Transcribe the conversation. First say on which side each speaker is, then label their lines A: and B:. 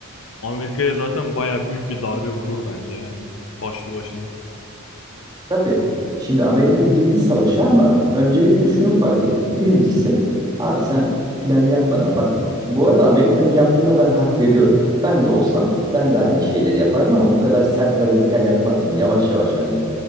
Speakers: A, on the left; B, on the right.
A: Amerika'ya zaten baya büyük bir darbe vurur bence yani başlı başına.
B: Tabii. Şimdi Amerika girdi savaşa ama öncelikle şunu fark etti. Birincisi abi sen plan yapmadan bak bu arada Amerika'nın yaptığına ben hak veriyorum. Ben de olsam ben de aynı şeyleri yapardım ama bu kadar sert ve radikal yapmazdım. Yavaş yavaş hani.